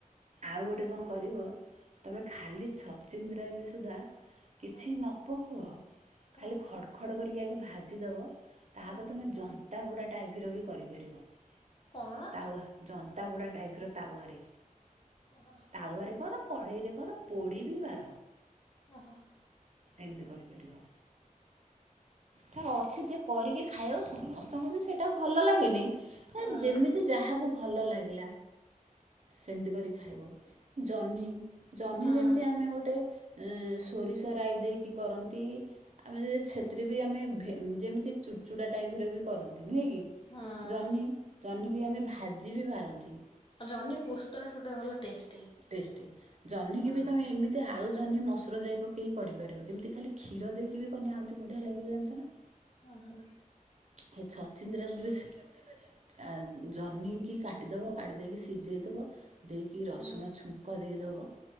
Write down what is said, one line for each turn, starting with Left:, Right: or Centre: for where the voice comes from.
Right: ଆଉଗୋଟେ କଣ କରିବ ତମେ ଖାଲି ଛଚିନ୍ଦ୍ରୟ କୁ ସୁଦ୍ଦା କିଛି
Left: ହଁ
Right: ନ ପକ ଆ
Left: ହଁ
Right: ଖାଲି ଖଡ ଖଡ କରିକି ଆଗେ ଭାଜିଦବ ତାପରେ
Left: ହଁ
Right: ତମେ ଜନ୍ତାପୁଡ଼ା ଟାଇପ ର ବି କରିପାରିବ।
Left: କଣ?
Right: ତାୱା ଜନ୍ତା ବୁଡ଼ା ଟାଇପ ର ତାୱରେ
Left: ଓହୋ
Right: ତାୱରେ କର କଢେଇରେ କର ପୋଡିି ବି ବା।
Left: ଓ ହ।
Right: ଏମିତି କରିପାରିବ ତାର ଅଛି ଯେ କରିକି ଖାଇବା ସମସ୍ତଙ୍କୁ ବି ସେଇଟା ଭଲ ଲାଗେନି
Left: ହଁ
Right: ଯେମିତି କାହାକୁ ଭଲ ଲାଗିଲା ସେମିତି କରି ଖାଇବ। ଜହ୍ନି ଜହ୍ନି
Left: ହଁ
Right: ଯେମିତି ଆମେ ଗୋଟେ ସୋରିଷ ରାଇ ଦେଇକି କରନ୍ତି ଆମେ ଛେଥିରେ ବି ଆମେ ଭେ ଯେମିତି ଚୁଡ଼ଚୁଡ଼ା ଟାଇପର ବି କରନ୍ତି ନୁହେଁ କି?
Left: ହଁ
Right: ଜହ୍ନି ଜନି ଭାଜି ବି ପାରନ୍ତି।
Left: ଜହ୍ନି ପୋସ୍ତଟ ସେଡ଼ା ଭଲ ଟେଷ୍ଟି
Right: ଟେଷ୍ଟି। ଜହ୍ନିକି
Left: ହଁ।
Right: ବି ତମେ ଏମିତି ଆଳୁ ଜହ୍ନି ମସୁର ଯାଇ ପକେଇକି କରିପାରିବ ଏମିତି ଖାଲି କ୍ଷୀର ଦେଇକି କନେ ଆହୁରି ବଢିଆ ଲାଗିବ ଜାଣିଛ ନା।
Left: ହଁ ହଁ।
Right: ସେ ଛଚୀନ୍ଦ୍ରା କୁ ବି ସି ଆ ଜହ୍ନି କି କାଟିଦେବ କାଟି ଦେଇେକି ସିଝାଇଦବ ଦେଇକି ରସୁଣ
Left: ହଁ
Right: ଛୁଙ୍କ ଦେଇଦେବ